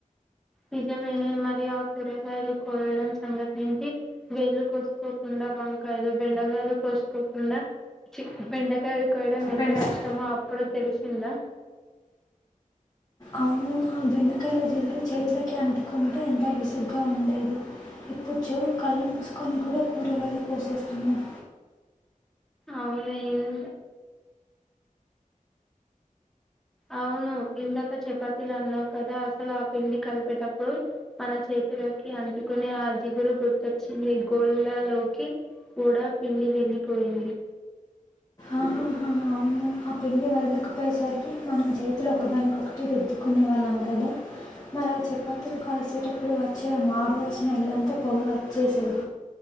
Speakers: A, in the centre; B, on the left (about 25°).
A: నిజమేనే మరి ఆ కూరగాయలు కోయడం సంగతి ఏంటి వేళ్లు కోసుకోకుండా వంకాయలు బెండకాయలు కొసుకోకుండా చి బెండకాయలు కోయడం ఎంత
B: బెండ
A: కష్టమో అప్పుడు తెలిసిందా
B: అవును ఆ బెండకాయలా జిగురు చేతులకి అంటుకుంటే ఎంత విసుగ్గా ఉండేదో ఇప్పుడు చూడు కళ్ళు మూసుకొని కూడా కూరగాయలు కొసేస్తున్నాం
A: అవును ఇల్ అవును ఇందాక చపాతీలు అన్నావు కదా అసలు ఆ పిండి కలిపేటప్పుడు మన చేత్ ఒకరోకి అంటుకుని అ జిగురు గుర్తొచ్చి గోల్లా లోకి కూడా పిండి వెళ్ళిపోయింది
B: అహాహా అవును ఆ పిండి వదలకపోయేసరికి మనం చేతులో ఒకదానికి ఒకటి రుద్దుకునే వాళ్ళం కదా మరి ఆ చపాతీలు కాల్చేటప్పుడు వచ్చే ఆ మాడువాసన ఇల్లంతా పొగ వచ్చేసేది